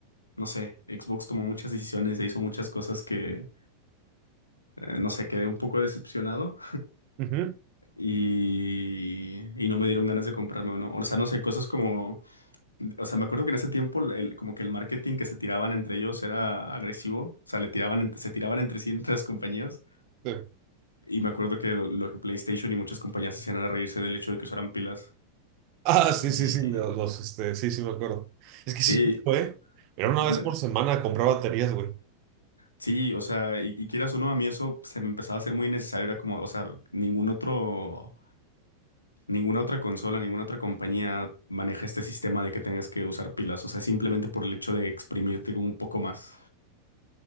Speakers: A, on the left; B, on the right.
A: no sé, Xbox tomó muchas decisiones e hizo muchas cosas que, eh, no sé, quedé un poco decepcionado
B: Ujú.
A: y, y no me dieron ganas de comprarme uno. O sea, no sé, cosas como, o sea, me acuerdo que en ese tiempo el- como que el marketing que se tiraban entre ellos era agresivo, o sea, le tiraban, ent- se tiraban entre sí entre las compañías.
B: Sí.
A: Y me acuerdo que lo, lo que PlayStation y muchas compañías hacían era reírse del hecho de que usaran pilas.
B: Ah, sí,
A: Y
B: sí, sí, los, los, este, sí, sí me acuerdo. Es que
A: sí,
B: sí, fue. Era una
A: ¿mande?
B: vez por semana comprar baterías, güey.
A: Sí, o sea, y, y quieras o no, a mí eso se me empezaba a hacer muy innecesario. Era como, o sea, ningún otro, ninguna otra consola, ninguna otra compañía maneja este sistema de que tengas que usar pilas. O sea, simplemente por el hecho de exprimirte un poco más.